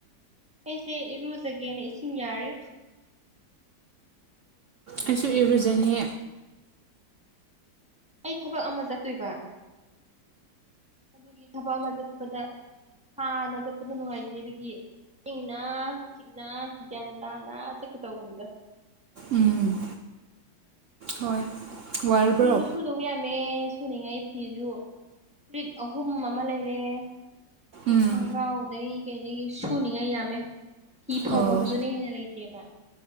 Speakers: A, in the centre; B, on the right.
A: ꯑꯩꯁꯦ ꯏꯔꯨꯖꯒꯦꯅ ꯏꯁꯤꯡ ꯌꯥꯔꯤ
B: ꯑꯩꯁꯨ ꯏꯔꯨꯖꯅꯤ
A: ꯑꯩ ꯊꯕꯛ ꯑꯃ ꯆꯠꯇꯣꯏꯕ ꯑꯗꯨꯒꯤ ꯊꯕꯛ ꯑꯃ ꯆꯠꯄꯗ ꯍꯥꯟꯅ ꯆꯠꯄꯗ ꯅꯨꯡꯉꯥꯏꯇꯦ ꯑꯗꯨꯒꯤ ꯏꯟꯅ ꯆꯤꯡꯅ ꯒ꯭ꯌꯥꯟ ꯇꯥꯅ ꯆꯠꯀꯦ ꯇꯧꯕꯅꯤꯗꯥ
B: ꯎꯝ ꯍꯣꯏ ꯋꯥꯔꯕ꯭ꯔꯣ
A: ꯐꯤꯁꯨ ꯁꯨꯗꯧ ꯌꯥꯝꯃꯦ ꯁꯨꯅꯤꯡꯉꯥꯏ ꯐꯤꯁꯨ ꯐꯨꯔꯤꯠ ꯑꯍꯨꯝ ꯑꯃ ꯂꯩꯔꯦ ꯑꯗꯨꯗꯤ
B: ꯎꯝ
A: ꯈꯣꯡꯒ꯭ꯔꯥꯎꯗꯒꯤ ꯀꯩꯩꯗꯒꯤ ꯁꯨꯅꯤꯡꯉꯥꯏ ꯌꯥꯝꯃꯦ ꯐꯤ ꯐꯧꯐꯝꯗꯨꯅ
B: ꯑꯣ
A: ꯍꯦꯟꯅ ꯂꯩꯇꯦꯕ